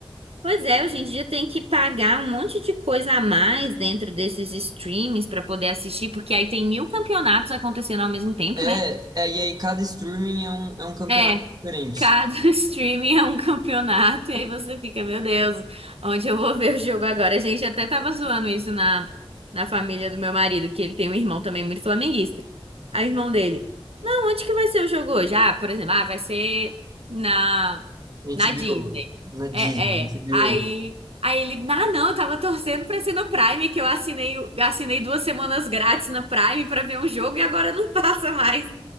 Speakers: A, on the right; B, on the right.
A: Pois é, hoje em dia tem que pagar um monte de coisa a mais dentro desses streams para poder assistir, porque aí tem mil campeonatos acontecendo ao mesmo tempo,
B: É,
A: né?
B: é, e aí cada streaming é um, é um campeonato
A: é
B: diferente.
A: Cada <laughs> streaming é um campeonato, e aí você fica, meu Deus, onde eu vou ver o jogo agora? A gente até tava zoando isso na, na família do meu marido, que ele tem um irmão também muito flamenguista. Aí o irmão dele, não, onde que vai ser o jogo hoje? Ah, por exemplo, ah, vai ser na,
B: Na
A: na
B: HBO,
A: Disney.
B: na
A: É,
B: Disney, na
A: é.
B: HBO.
A: Aí, aí ele, ah, não, eu tava torcendo pra ser no Prime, que eu assinei, o- assinei duas semanas grátis na Prime pra ver um jogo e agora não <laughs> passa mais